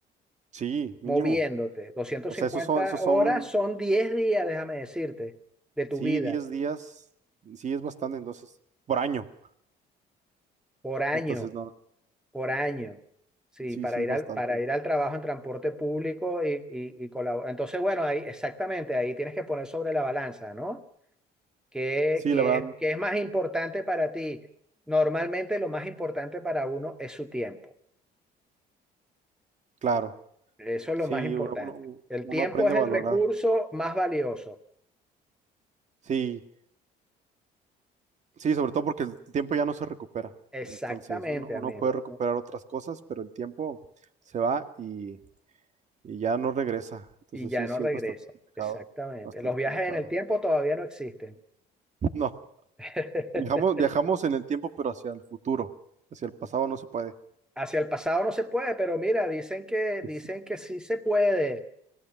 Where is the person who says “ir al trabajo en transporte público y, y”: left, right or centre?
Centre